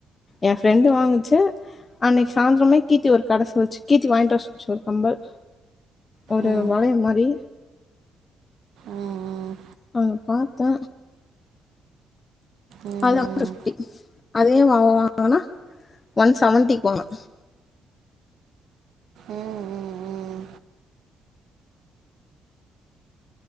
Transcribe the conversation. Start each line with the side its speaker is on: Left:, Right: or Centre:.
Left: என் ஃப்ரெண்ட் வாங் குச்சு அன்னை சாந்திரமே கீத்தி ஒரு கட சொல்ச்சு கீர்த்தி வாங்கிட்டு வர சொல்ச்சு ஒரு கம்மல் ஒரு
Right: ம்
Left: வளைய மாரி
Right: ம் ம்
Left: அங்க பாத்தே
Right: ம்
Left: அதுதா <unintelligible> ஃபிஃப்டி அதே அவா வாங்னா ஒன் செவன்டிக்கு வாங்ணா
Right: ம் ம் ம்